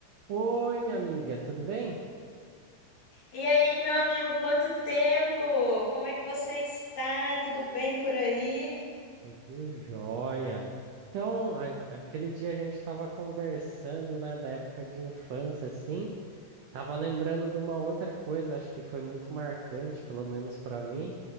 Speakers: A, on the right (about 80°); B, on the left (about 55°).
A: Oi, minha amiga, tudo bem?
B: E aí, meu amigo, quanto tempo? Como é que você está? Tudo bem por aí?
A: Tudo jóia. Então, a- aquele dia a gente estava conversando, né, da época de infância, assim, tava lembrando de uma outra coisa, acho que foi muito marcante, pelo menos para mim,